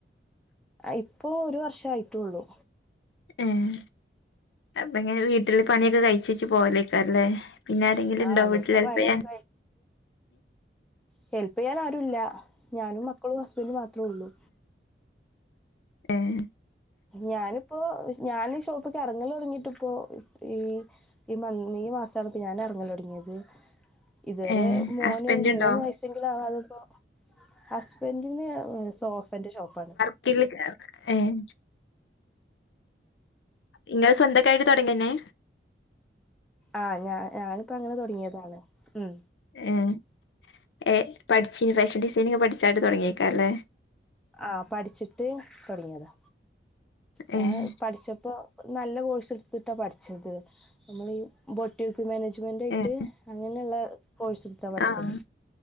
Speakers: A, in the centre; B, on the left.
A: ഇപ്പൊ ഒരു വർഷയിട്ടുള്ളു
B: ഏഹ് അപ്പ എങ്ങനെ വീട്ടില് പണിയൊക്കെ കഴിച്ച് വച്ച് പോവലയ്ക്കാരല്ലേ പിന്നെ ആരെങ്കിലും
A: ആ
B: ഉണ്ടോ വീട്ടില്
A: വീട്ടിലെ
B: ഹെല്പ്
A: പണിയൊക്കെ
B: ചെയ്യാൻ
A: ഹെല്പ്യ്യാൻ ആരുല്ല ഞാനും മക്കളും ഹസ്ബൻഡും മാത്രേള്ളു
B: ഏഹ്
A: ഞാനും ഇപ്പോ ഞാൻ ഈ ഷോപ്പിക്ക് ഇറങ്ങലൊടങ്ങിട്ട് ഇപ്പോ ഈ ഈ മൻ ഈ മാസണ് ഞാനെ ഇറങ്ങലൊട്ങ്ങിയത് ഇത് വരെ
B: ഏഹ്
A: മോന്
B: ഹസ്ബൻഡ്
A: ഒരു
B: ഉണ്ടോ
A: മൂന്ന് വയസെങ്കിലും ആവാതെപ്പോ ഹസ്ബൻഡിന് സോഫേന്റെ ഷോപ്പാണ്
B: കുട്ടികൾക്ക് ഏഹ് ഇങ്ങള് സ്വന്തക്കായിട്ട് തോടങ്ങിന്നെ
A: ആഹ് ഞാ ഞാനിപ്പോ അങ്ങനെ തോടങ്ങിയതാണ് ഉം
B: ഉം ഏ പഠിച്ചിന് ഫേഷൻ ഡിസൈനിങ് പഠിച്ചായിട്ട് തോടങ്ങിയേക്കാരംല്ലേ
A: ആഹ് പഠിച്ചിട്ട് തോടങ്ങിയതാ ഞാൻ
B: ഏഹ്
A: പഠിച്ചപ്പോ നല്ല കോഴ്സ്ട്ത്തിട്ടാ പഠിച്ചത് നമ്മളി ബൊട്ടീ മാനേജ്മെന്റായിട്ട്
B: ഏഹ്
A: അങ്ങനെള്ള കോഴ്സ്ട്ത്താ പഠിച്ചത്
B: ആഹ്